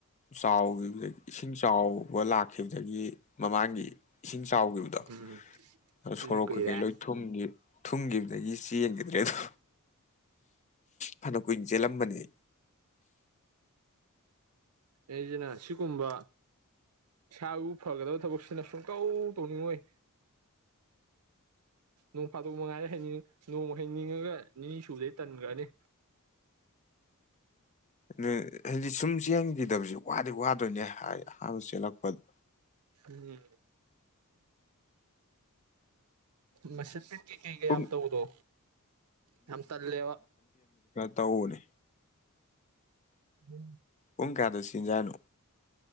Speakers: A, on the left; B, on the right.
A: ꯆꯥꯎꯈꯤꯕꯗꯒꯤ ꯏꯁꯤꯡ ꯆꯥꯎꯕ ꯂꯥꯛꯈꯤꯕꯗꯒꯤ ꯃꯃꯥꯡꯒꯤ ꯏꯁꯤꯡ ꯆꯥꯎꯈꯤꯕꯗꯣ
B: ꯎꯝ
A: ꯑ
B: ꯑꯗꯨꯗꯤ
A: ꯁꯣꯔꯣꯛ
B: ꯀꯨꯏꯔꯦ
A: ꯀꯩꯀꯩ ꯂꯣꯏ ꯊꯨꯝꯒꯤ ꯊꯨꯡꯈꯤꯕꯗꯒꯤ ꯆ ꯌꯦꯡꯈꯤꯗ꯭ꯔꯦ ꯑꯗꯣ ꯐꯅ ꯀꯨꯏꯅ ꯆꯦꯜꯂꯝꯕꯅꯦ
B: ꯑꯩꯁꯤꯅ ꯁꯤꯒꯨꯝꯕ ꯏꯁꯥꯕꯨ ꯐꯒꯗꯕ ꯊꯕꯛꯁꯤꯅ ꯁꯨꯡꯀꯧ ꯇꯧꯅꯤꯡꯉꯣꯏ ꯅꯣꯡ ꯐꯥꯗꯣꯛ ꯃꯉꯥꯏꯗ ꯍꯅꯤꯡ ꯅꯣꯡꯃ ꯍꯩꯅꯤꯡꯉꯒ ꯅꯤꯅꯤ ꯁꯨꯗꯩ ꯇꯟꯈ꯭ꯔꯅꯤ
A: ꯑꯗꯨ ꯍꯥꯏꯗꯤ ꯁꯨꯝ ꯆꯦꯟꯈꯤꯗꯕꯁꯤ ꯋꯥꯗꯤ ꯋꯥꯗꯣꯏꯅꯦ ꯑꯍꯥꯟꯕ ꯆꯦꯜꯂꯛꯄꯗ
B: ꯎꯝ ꯃ ꯀꯩ ꯀ
A: ꯄꯨꯡ
B: ꯌꯥꯝ ꯇ ꯎꯗꯣ ꯌꯥꯝ ꯇꯂꯦ
A: ꯇꯎꯅꯤ
B: ꯎꯝ
A: ꯄꯨꯡ ꯀꯌꯥꯗ ꯁꯤꯟꯖꯥꯅꯨ